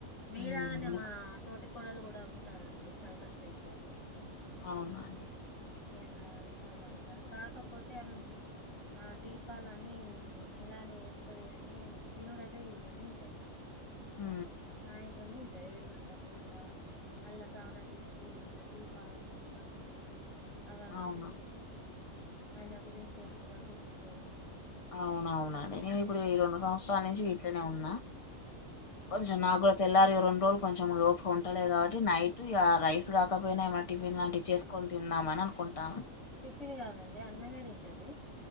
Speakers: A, on the left (about 60°); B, on the left (about 30°).
A: మీలాగానే
B: హ్మ్
A: మా తోటి కోడలు కూడా ఉంటదండి సంకష్ట ఈ రోజు
B: అవునండి
A: ఎలా ఉన్నదంట కాకపోతే ఆమె ఆ దీపాలు అన్ని నీలానే ఏస్తది గని తినడు అయితే ఈవినింగ్ తింటది
B: ఉ
A: సాయంత్రం తింటది ఏడు గంటల పూట్ల మళ్ళా స్నానం చేసి ఇట్లా దీపాలు అన్నీ అగర్వత్తులు
B: అవునా
A: ఆయన గురించి ఏమో చదువుకుంటది
B: అవున అవునండి నేను ఇప్పుడు
A: దేవుని
B: ఈ రెండు సంవత్సరాల నుంచి ఇట్లనే ఉన్నా కొంచెం నాకు కూడా తెల్లారు ఈ రెండు రోజులు కొంచెం ఓపిక ఉంటలేదు కాబట్టి నైట్ ఇగ రైస్ కాకపోయినా ఏమ టిఫిన్ లాంటివి చేసుకొని తిందామ అని అనుకుంటాన
A: టిఫిన్ కాదండి అన్నమే తింటది